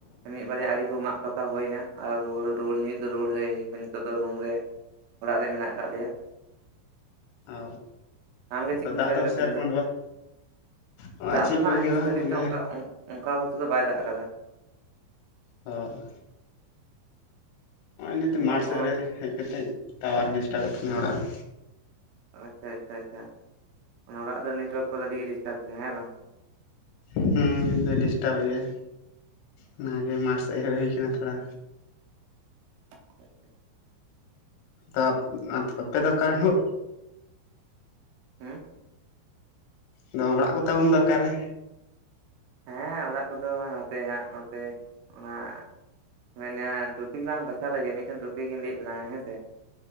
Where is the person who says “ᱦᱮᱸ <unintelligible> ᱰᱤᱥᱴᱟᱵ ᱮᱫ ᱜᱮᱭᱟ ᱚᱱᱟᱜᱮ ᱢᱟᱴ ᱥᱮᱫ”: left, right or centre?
Left